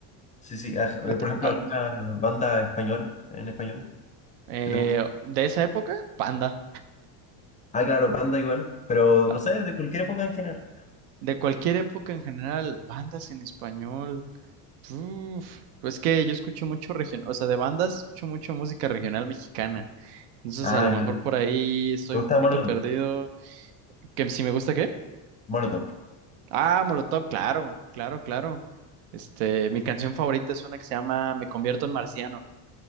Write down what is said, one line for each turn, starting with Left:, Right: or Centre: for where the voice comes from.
Left: Sí, sí, aj- eh,
Right: A ti-
Left: por ejemplo,
Right: a-
Left: ¿alguna banda español, en español,
Right: eh,
Left: que te gusta?
Right: de esa época, Panda.
Left: Ah, claro, banda igual, pero
Right: <laughs>
Left: no sé, de cualquier época en general.
Right: De cualquier época en general, bandas en español. Uf, pues que yo escucho mucho regional, o sea, de bandas escucho mucho música regional mexicana. Entonces,
Left: Ah,
Right: a lo
Left: ya,
Right: mejor por ahí estoy
Left: ¿te gusta
Right: un poquito
Left: Molotov?
Right: perdido. ¿Que si me gusta qué?
Left: Molotov,
Right: Ah, Molotov, claro, claro, claro. Este, mi canción favorita es una que se llama Me convierto en marciano.